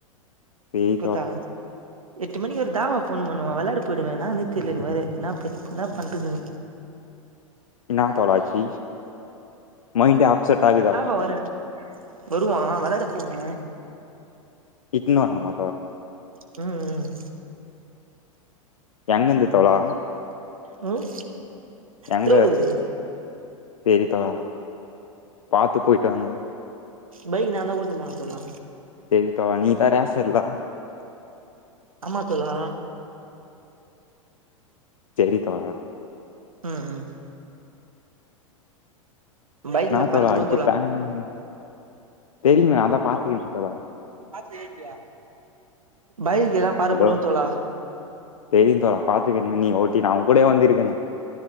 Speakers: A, on the left; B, on the right.
A: சேரி
B: புரிதா
A: தோழா
B: எட்டு மணிக்கு ஒரு தாவா ஃபோன் பண்ணுவா விளாட போயிடுவே என்னானே தெரில எனக்கு வேற என்ன ப என்னா பண்றதுன்னு
A: என்னா தோழி ஆச்சி மைண்ட் அப்செட்டா இருக்குதா
B: பவர விட் வருவா வெளாடப்போனு
A: இட்ன்னு வருனுமா
B: ம், ம்
A: எங்கந்து தோழா
B: ம்
A: எங்க
B: திருவள்ளூரு
A: சேரி தோழா பாத்து போயிட்டு வாங்க
B: பைக் நான்தா ஓட்டுனு போன தோழா
A: சேரி தோழா நீ தர செல்லா
B: ஆமா தோழா
A: சேரி தோழா
B: ம், ம் பைக்லா
A: என்னா தோழா
B: பறக்க உடுவே
A: அடுத்த பிளானு தெரியுமே அதா பாத்துகிறனே தோழா
B: பாத்து ஓட்டுவியா, பைக்கு எல்லா பறக்க
A: ஹலோ
B: வுடுவ தோழா
A: தெரியு தோழா பாத்துக்கிறனே நீ ஓட்டி நா உங் கூடவே வந்திருக்கனே